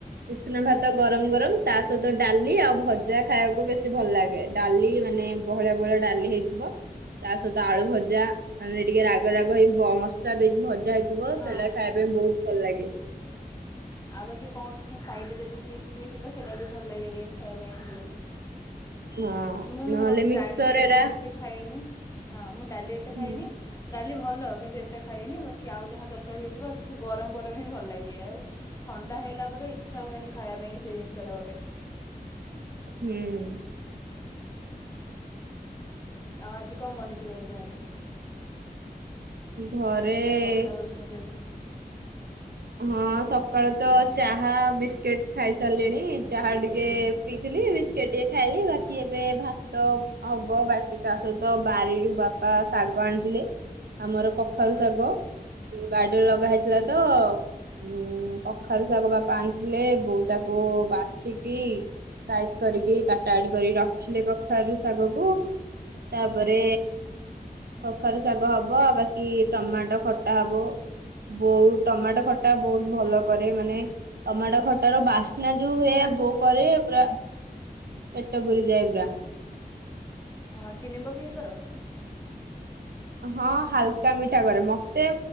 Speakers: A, on the right; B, on the left.
A: ଉସୁନା ଭାତ ଗରମ ଗରମ ତା ସହିତ ଡାଲି ଆଉ ଭଜା ଖାଇବାକୁ ବେଶୀ ଭଲ ଲାଗେ ଡାଲି ମାନେ। ବହଳିଆ ବହଳିଆ ଡାଲି ହେଇଥିବ। ତା ସହିତ ଆଳୁ ଭଜା। ମାନେ ଟିକେ ରାଗ ରାଗ ହେଇ ମସଲା ଦେଇକି ଭଜା ହେଇ ଥିବ
B: ହଁ
A: ସେଟା ଖାଇବା ପାଇଁ ବହୁତ ଭଲ ଲାଗେ।
B: ଆଉ ବାକି କଣ ସାଇଡ଼େ ଯଦି ଚିପ୍ସ ବି ଥିବ ସେଇଟା ବି ଭଲ ଲାଗେ ଟିକେ ଖାଇବା ପାଇଁ ହେଲେ।
A: ହଁ
B: ମୁଁ
A: ନହେଲେ
B: ଡାଲି
A: ମିକ୍ସଚର
B: ଏତେ
A: ଏରା
B: ବେଶୀ ଖାଇନି। ହଁ ମୁଁ ଡାଲି ଏତେ
A: ହୁଁ
B: ଖାଏନି। ଡାଲି ଭଲ କିନ୍ତୁ ଏତେ ଖାଇଏନି ବାକି ଆଉ ଯାହା ତରକାରୀ ହେଇଥିବ କିଛି ଗରମ ଗରମ ହିଁ ଭଲ ଲାଗେ। ଆଉ ଥଣ୍ଡା ହେଇଗଲା ପରେ ଇଚ୍ଛା ହୁଏନି ଖାଇବା ପାଇଁ ସେ ଜିନିଷଟା ଗୋଟେ।
A: ହୁଁ।
B: ଆଉ ଆଜି କଣ ବନିଚି ଘରେ ତାହେଲେ?
A: ଘରେ
B: ବର୍ଷା ହଉଛି ନା ସେଇଠି?
A: ହଁ ସକାଳୁ ତ ଚାହା ବିସ୍କୁିଟ ଖାଇ ସାରିଲିଣି, ଚାହା ଟିକେ ପିଇଥିଲି। ବି ସ୍କିଟ୍ ଟିକେ ଟିକେ ଖାଇଲି। ବାକି ଏବେ ଭାତ ହବ ବାକି ତା ସହିତ ବାରିରୁ ବାପା ଶାଗ ଆଣିଥିଲେ। ଆମର କଖାରୁ ଶାଗ ବାଡିରେ ଲଗା ହେଇଥିଲା ତ ଉଁ କଖାରୁ ଶାଗ ବାପା ଆଣିଥିଲେ ବୋଉ ତାକୁ ବାଛିକି ସାଇଜ କରିକି କାଟା କାଟି କରିକି ରଖିଲେ କଖାରୁ ଶାଗକୁ। ତାପରେ କଖାରୁ ଶାଗ ହବ। ଆଉ ବାକି ଟମାଟୋ ଖଟା ହବ। ବୋଉ ଟମାଟୋ ଖଟ <unintelligible> ଖଟା ବହୁତ ଭଲ କରେ ମାନେ ଟମାଟୋ ଖଟାର ବାସ୍ନା ଯୋଉ ହୁଏ
B: ମାନେ
A: ବହୁ କରେ ପୁରା ପେଟ ପୁରିଯାଏ ପୁରା।
B: ଅଁ ଚିନି ପକେଇ କର?
A: ହଁ ହାଲକା ମିଠା କରେ। ମତେ